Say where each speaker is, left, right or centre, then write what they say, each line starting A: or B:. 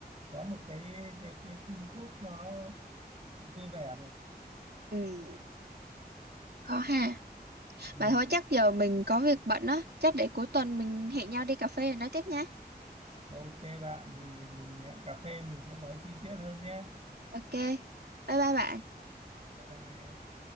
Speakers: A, on the right; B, on the right.
A: có một cái cái cái teamwork nó vui vẻ được
B: Ừ, khó ha.
A: ừ.
B: Mà thôi chắc giờ mình có việc bận á, chắc để cuối tuần mình hẹn nhau đi cà phê rồi nói tiếp nha.
A: ok bạn thì mình hẹn cà phê mình sẽ nói chi tiết hơn nhé
B: Ok. Bye bye bạn.
A: bye bye